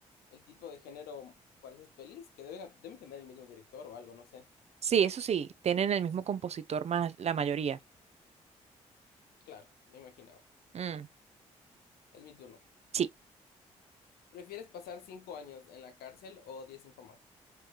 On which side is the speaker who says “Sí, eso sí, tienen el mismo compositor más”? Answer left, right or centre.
Right